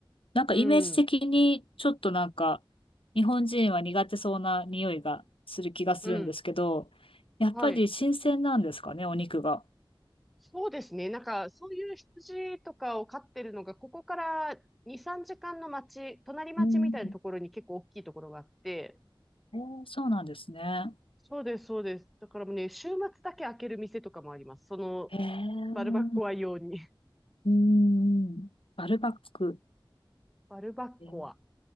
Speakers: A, on the left; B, in the centre.
A: なんかイメージ的に、
B: うん。
A: ちょっとなんか、日本人は苦手そうな匂いがする気がするんですけど、
B: うん。
A: やっぱり新鮮なんですかね、
B: はい。
A: お肉が。
B: そうですね。なんか、そういう羊とかを飼ってるのが、ここから2、3時間の町、隣町みたいなところに結構大きいところがあって、
A: うん。えー、そうなんですね。
B: そうです、そうです。だからもうね、週末だけ開ける店とかもあります。その、
A: へえ、
B: バルバッコア用に。
A: うん。バルバック。
B: <laughs> バルバッコア。
A: えー